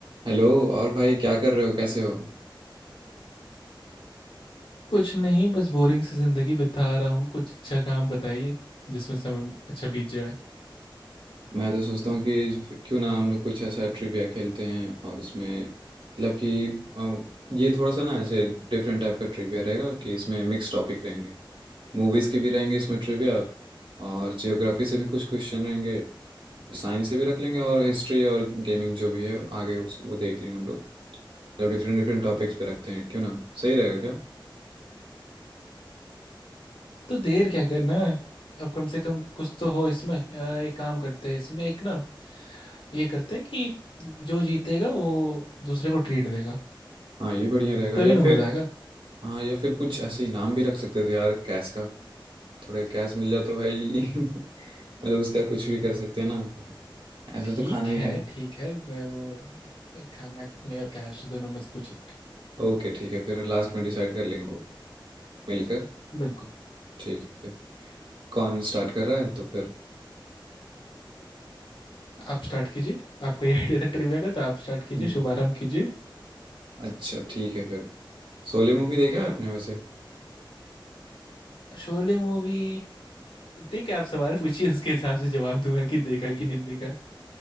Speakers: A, on the right; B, on the left.
A: हेलो और भाई क्या कर रहे हो कैसे हो
B: कुछ नहीं बस बोरिंग सी जिंदगी बिता रहा हूँ कुछ अच्छा काम बताइए जिसमें समय अच्छा बीत जाए
A: मैं तो सोचता हूँ कि क्यों ना हम लोग कुछ ऐसा ट्रिविया खेलते हैं और उसमें मतलब कि अ, ये थोड़ा सा ना ऐसे डिफरेंट टाइप का ट्रिविया रहेगा कि इसमें मिक्स टॉपिक रहेंगे मूवीज़ के भी रहेंगे इसमें ट्रिविया और जियोग्राफी से भी कुछ क्वेश्चन रहेंगे साइंस से भी रख लेंगे और हिस्ट्री और गेमिंग जो भी है आगे उस वो देख लेंगे हम लोग मतलब डिफरेंट डिफरेंट टॉपिक्स पे रखते हैं क्यों ना सही रहेगा क्या
B: तो देर क्या करना है अब कम से कम कुछ तो हो इसमें अ, एक काम करते हैं इसमें एक ना ये करते हैं कि जो जीतेगा वो दूसरे को ट्रीट देगा
A: हाँ ये बढ़िया रहेगा
B: तभी
A: या
B: ना
A: फिर
B: मजा आएगा
A: हाँ या फिर कुछ ऐसे इनाम भी रख सकते थे यार कैश का थोड़े कैश मिल जाए तो भाई <laughs> मतलब उसका कुछ भी कर सकते हैं ना ऐसे
B: ठीक
A: तो खाना ही
B: है
A: खाएं
B: ठीक है मैं वो एक खाना या कैश दोनों में से कुछ एक
A: ओके ठीक है फिर लास्ट में डिसाइड कर लेंगे वो मिलकर
B: बिल्कुल
A: ठीक है फिर कौन स्टार्ट कर रहा है तो फिर
B: आप स्टार्ट कीजिए आपका ये <laughs> आइडिया था ट्रिविया का तो आप स्टार्ट कीजिए
A: हम्म,
B: शुभारंभ कीजिए
A: अच्छा ठीक है फिर शोले मूवी देखा है आपने वैसे
B: शोले मूवी ठीक है आप सवाल पूछिए उसके हिसाब से जवाब दूंगा कि देखा है कि नहीं देखा